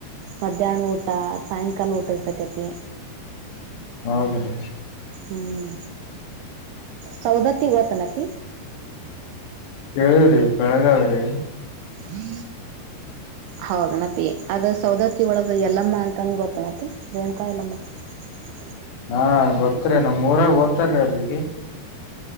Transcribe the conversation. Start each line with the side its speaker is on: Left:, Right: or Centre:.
Right: ಮಧ್ಯಾಹ್ನ ಊಟ ಸಾಯಂಕಾಲ ಊಟ ಇರ್ತೈತಿಿ
Left: ಹೌದ್ರೀ
Right: ಹ್ಮ ಸೌದತಿ ಒತನಪ
Left: ಕೇಳುವ್ರಿ ಬೆಳಗಾವ್ರಿ
Right: ಹ್ಮ ಹೌದನಪಿ ಅದ ಸೌದತ್ತಿ ಒಳಗ ಎಲ್ಲಮ್ಮ ಅಂತಂದ ಗೊತ್ತನಪಿ ರೇಣಕಾಯ ಎಲ್ಲಮ್ಮ ಹ
Left: ಹಾ ಗೊತ್ತರಿ ನಮ್ೂರಾಗ ಓತಾರೀ ಅಲ್ಲಿಗೆ